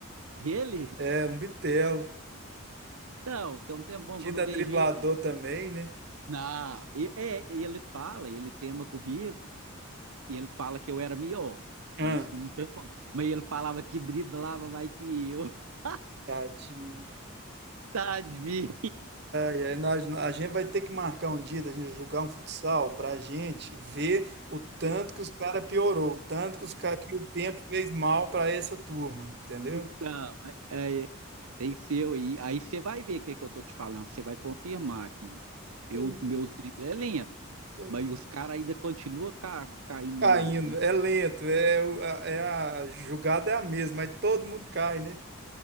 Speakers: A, on the right; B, on the right.
A: Ele?
B: É, um bitelo.
A: Então, tem um tempão
B: Tita
A: que eu não vejo
B: driblador
A: ele.
B: também, né?
A: Não, e- é, ele fala, ele tema comigo, e ele fala que eu era melhor. Isso
B: Ah,
A: não tinha como. Mas ele falava que driblava mais que eu. <laughs>
B: tadinho.
A: Tadinho!
B: E aí nós, a gente vai ter que marcar um dia da gente jogar um futsal para a gente ver o tanto que os caras piorou, o tanto que os cara, que o tempo fez mal para essa turma, entendeu?
A: Então, é- é, tem que ser aí. Aí você vai ver o que, que eu tô te falando. Você vai confirmar que eu,
B: Hum,
A: meus dribles é lento,
B: hum.
A: mas os caras ainda continuam ca- caindo
B: Caindo,
A: nos meus dribles.
B: é lento, é, o- a, é a jogada é a mesma, mas todo mundo cai, né?